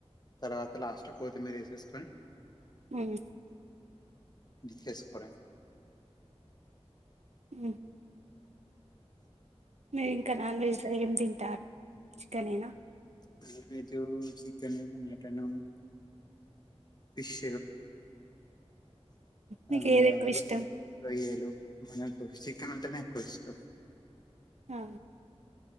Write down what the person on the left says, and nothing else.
తర్వాత లాస్ట్ కోతి మీరే తెసుకొని
వికస్ కొర
non veg chicken, mutton, fish.
అరు
రోయ్యలు. మనకు చికెన్ అంటేనే ఎక్కువ ఇష్టం.